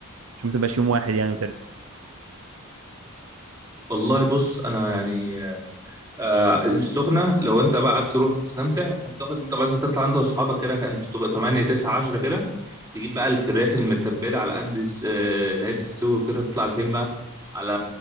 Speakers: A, on the right (about 65°); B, on the right (about 15°).
A: مش ما تبقاش يوم واحد يعني وترجع
B: والله بص انا يعني آه السخنة لو انت بقى عايز تروح تستمتع تاخد انت بس تطلع عند اصحابك كده انت تبقى 8 9 10 كده تجيب بقى الفراخ المتبلة على قد الس- آه، اللي هي تستوي كده تطلع لفين بقى على